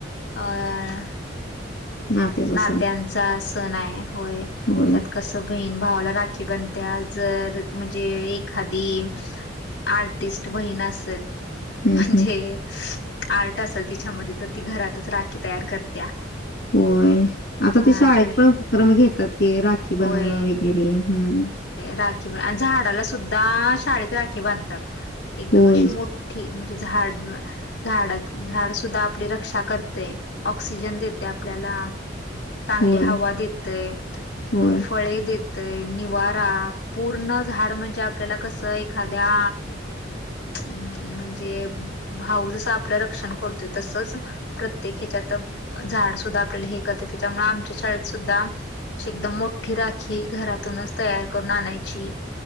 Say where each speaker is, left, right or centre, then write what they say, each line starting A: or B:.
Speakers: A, on the left (about 75°); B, on the left (about 60°).
A: अं
B: नात्याचा
A: नात्यांचा
B: सण.
A: सण आहे होय
B: होय.
A: त्यात कस बहीण भावाला राखी बनत्या जर म्हणजे एखादी. आर्टिस्ट बहीण असल.
B: हं,
A: म्हणजे
B: हं.
A: आर्ट असेल तिच्यामध्ये तर ती घरातच राखी तयार करत्या.
B: होय आता
A: हा
B: ते शाळेत
A: अशा
B: पण उपक्रम घेतात क राखी
A: होय.
B: बनवणं वगैरे, हम्म!
A: राखी झाडाला सुद्धा शाळेत राखी बांधतात. एकदम
B: होय,
A: अशी मो ठी म्हणजे झाड झाड झाड सुद्धा आपली रक्षा करते, ऑक्सिजन देते आपल्याला. चांगली
B: होय,
A: हवा देतय,
B: होय.
A: म्हणजे फळे देत तय निवारा पूर्ण झाड म्हणजे आपल्याला कसं एखाद्या, हम् म्हणजे भाऊ जस आपलं रक्षण करतोय तसच प्रत्येक ह्याच्यात झाड सुद्धा आपल्याला हेकत त्याच्यामुळे आमच्या शाळेत सुद्धा, अशी एकदम मोठी राखी घरातूनच तयार करून आणायची